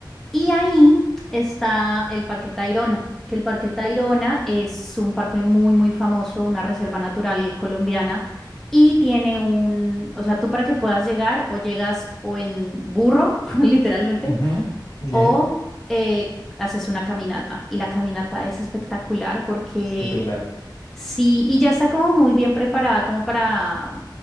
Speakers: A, in the centre; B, on the left.
A: Y ahí está el Parque Tayrona, que el Parque Tayrona es un parque muy, muy famoso, una reserva natural colombiana, y tiene un, o sea, tú para que puedas llegar o llegas o en burro, <laughs> literalmente,
B: Ujú, ya.
A: o eh, haces una caminata. Y la caminata es espectacular porque
B: Espectacular,
A: Sí, y ya está como muy bien preparada, como para,